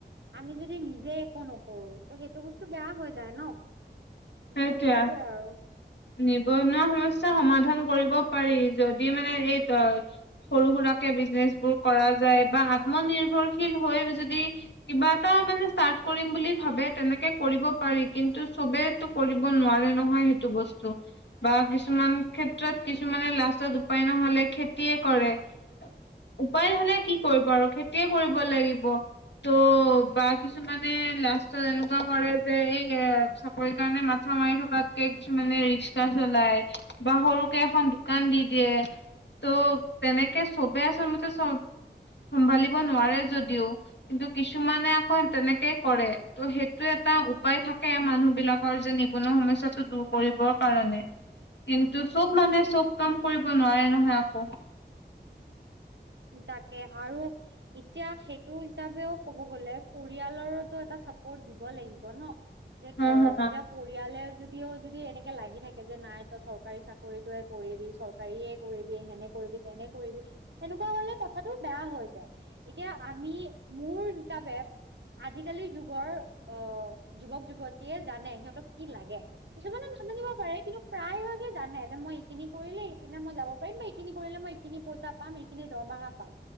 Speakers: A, on the right; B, on the left.
A: আমি যদি নিজে একো নকৰো ত' সেইটো বস্তু বেয়া হৈ যায় ন'। কিন্তু
B: সেইটোৱে।
A: সেইটোয়ে আৰু।
B: নিবনুৱা সমস্যা সমাধান কৰিব পাৰি, যদি মানে এই ত সৰু-সুৰাকে বিজনেচ বোৰ কৰা যায়, বা আত্মনিৰ্ভৰশীল হৈ যদি কিবা এটা মানে ষ্টাৰ্টট কৰিম বুলি ভাবে তেনেকে কৰিব পাৰি, কিন্তু চবে কৰিব নোৱাৰে ন'হয়, সেইটো বস্তু। বা কিছুমান ক্ষেত্ৰত কিছুমানে লাষ্টত উপায় ন'হলে খেতিয়ে কৰে। উপায় ন'হলে কি কৰিব আৰু খেতিয়ে কৰিব লাগিব। ত' বা কিছুমানে লাষ্টত এনেকুৱা কৰে যে এই এ চাকৰি কাৰণে, মাথা মাৰি থকাতকে কিছুমানে ৰিক্সা চলাই। বা সৰুকে এখন দোকান দি দিয়ে। ত' তেনেকে চবে আচলতে চব চম্ভালিব নোৱাৰে যদিও। কিন্তু কিছুমানে আকৌ তেনেকেই কৰে ত' সেইটো এটা উপায় থাকে মানুহ বিলাকৰ যে, নিবনুৱা সমস্যাটো দূৰ কৰিবৰ কাৰণে। কিন্তু চব মানুহে চব কাম কৰিব নোৱাৰে ন'হয়, আকৌ।
A: তাকে আৰু এতিয়া সেইটো হিচাপেও ক'ব গলেও পৰিয়ালৰো এটা চাপোৰ্ট দিব লাগিব ন'? যে
B: হা
A: কৰক
B: হা
A: এতিয়া পৰিয়ালে যদিও যদি এনেকে লাগি থাকে যে নাই তই চৰকাৰী চাকৰিতয়ে কৰিবি চৰকাৰীয়ে কৰিবি সেনে কৰিবি তেনে কৰিবি। তেনেকুৱা হলে কথাটো বেয়া হৈ যায়, এতিয়া আমি মোৰ হিচাপে আজিকালি যুগৰ আহ যুৱক-যুৱতীয়ে জানে সিহঁতক কি লাগে। কিছুমানে নাজানিব পাৰে কিন্তু, প্ৰায়ভাগে জানে যে মই এইখিনি কৰিলে পিনে মই যাব পাৰিম, এইখিনি কৰিলে মই এইখিনি পইচা পাম এইখিনি দৰমহা পাম